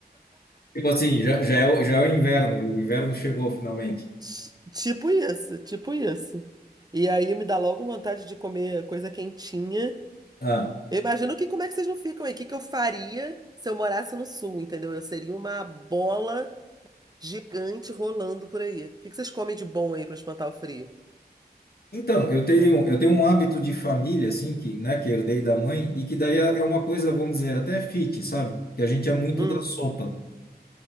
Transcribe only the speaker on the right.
Ti- Tipo isso, tipo isso. E aí me dá logo vontade de comer coisa quentinha.
Eu imagino que como é que vocês não ficam aí? O que que eu faria se eu morasse no sul, entendeu? Eu seria uma bola gigante rolando por aí. O que que vocês comem de bom aí pra espantar o frio?
Hum.